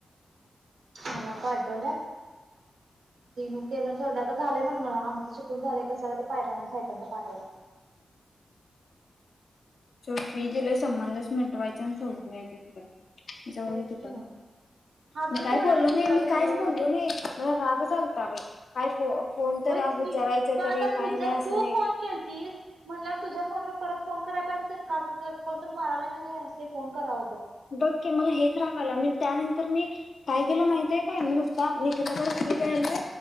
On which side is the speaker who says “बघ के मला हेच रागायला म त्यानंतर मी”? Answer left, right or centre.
Left